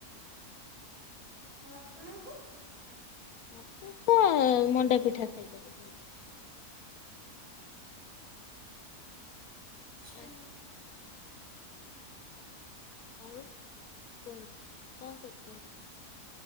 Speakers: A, on the right (about 75°); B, on the left (about 70°).
A: ଆଉ ଆପଣଙ୍କୁ?
B: ମତେ ତ ମଣ୍ଡା ପିଠା ଖାଇବାକୁ ଭଲ ଲାଗେ।
A: ଆଚ୍ଛା।
B: ଆ ଆଉ କୁହନ୍ତୁ କଣ କରୁଛନ୍ତି?